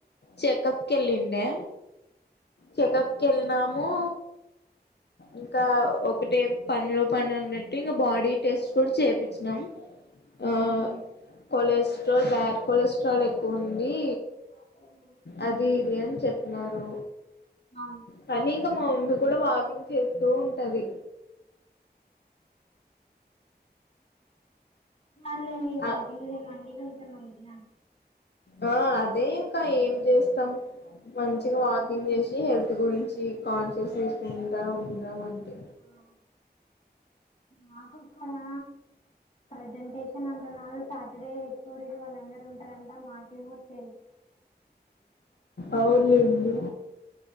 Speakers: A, on the left; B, on the left.
A: చెకప్ కి వెళ్ళిండే చెకప్ కి వెళ్ళినాము ఇంకా ఒకటే పనిలో పని అన్నట్టు ఇంకా బాడీ టెస్ట్ కూడా చేపిచ్చినాం
B: అవునులే
A: ఆ కొలెస్ట్రాల్ బ్యాడ్ కొలెస్ట్రాల్ ఎక్కువ ఉంది
B: ఆహ
A: అది ఇది అని చెప్పినారు
B: ఆ
A: కానీ ఇంకా మా మమ్మీ కూడా వాకింగ్ చేస్తూ ఉంటుంది
B: ర్లేండి వాకింగ్
A: ఆ
B: చేయమండి కొంచెం మంచిగా
A: ఆ అదే ఇంకా ఏం చేస్తాం మంచిగా వాకింగ్ చేసి హెల్త్ గురించి కాన్షియస్నెస్ ఉంట ఉండం అంతే
B: ఆ మాకక్కడా ప్రజెంటేషన్ అంటున్నారు సాటర్డే హెచ్ ఓడీలు వాళ్ళందరు ఉంటారంట మాకేమో స్టే
A: అవును లేండి